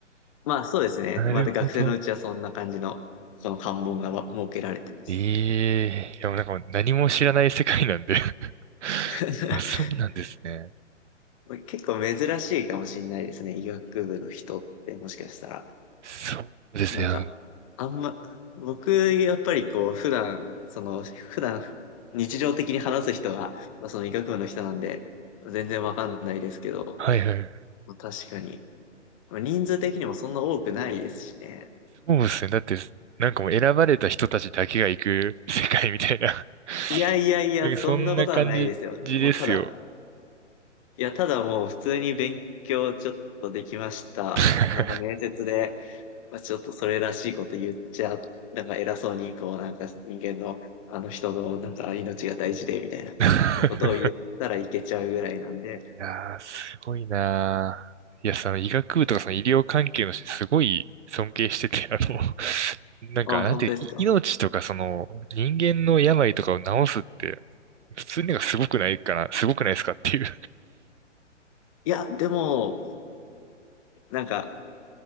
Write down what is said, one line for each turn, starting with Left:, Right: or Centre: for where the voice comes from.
Left: まあそうですね。
Right: なるほど。
Left: また学生のうちはそんな感じの、その関門がわ設けられてます。
Right: ええいやもうなんかもう何も知らない世界なんで
Left: <laughs>
Right: <laughs> あ、そうなんですね。
Left: まあ結構珍しいかもしれないですね。医学部の人ってもしかしたら。
Right: そうですね。
Left: なんか、
Right: あの
Left: あんま、僕、やっぱりこう、普段、その、普段、日常的に話す人が、まあ、その医学部の人なんで、全然わかんないですけど、
Right: はいはい。
Left: まあ確かに。まあ人数的にもそんな多くないですしね。
Right: そうですね。だって、なんかもう選ばれた人たちだけが行く <laughs> 世界みたいな。<laughs>
Left: いやいやいや、
Right: なんかそんな感じですよ。
Left: そんなことはないですよ。もうただ、いや、ただもう普通に勉強ちょっとできました。
Right: <laughs>
Left: なんか面接でまあ、ちょっとそれらしいこと言っちゃ、なんか偉そうに、こう、なんか人間の、あの人の、なんか命が大事で、みたいな
Right: い
Left: ことを言ったらいけちゃうぐらいなんで、
Right: やー、すごいなー。いや、その医学部とかその医療関係の人、すごい尊敬してて、あの、<laughs> なんか、
Left: あ、
Right: なんて、
Left: 本当ですか。
Right: い命とかその人間の病とかを治すって、普通になんかすごくないかな、すごくないですかっていう。
Left: いや、でも、なんか、